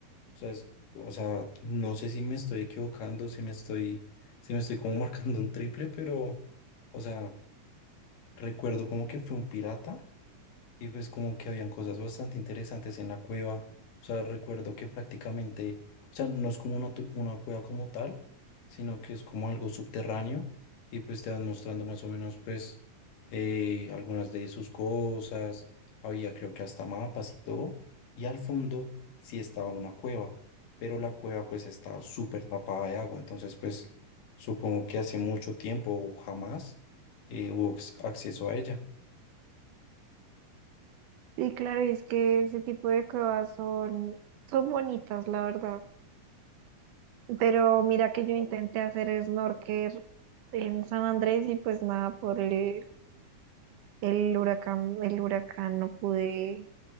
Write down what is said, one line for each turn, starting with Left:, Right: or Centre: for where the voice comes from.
Left: sea, es- o sea, no sé si me estoy equivocando, si me estoy, si me estoy como <laughs> marcando un triple, pero, o sea, recuerdo como que fue un pirata y pues como que habían cosas bastante interesantes en la cueva. O sea, recuerdo que prácticamente, o sea, no es como una, tu- una cueva como tal, sino que es como algo subterráneo y pues te van mostrando más o menos pues eh, algunas de sus cosas, había creo que hasta mapas y todo, y al fondo sí estaba una cueva, pero la cueva pues estaba súper tapada de agua, entonces pues supongo que hace mucho tiempo o jamás eh, hubo ex- acceso a ella.
Right: Sí, claro, y es que ese tipo de cuevas son, son bonitas, la verdad. Pero mira que yo intenté hacer snorkel en San Andrés y pues nada, por el, el huracán, el huracán no pude,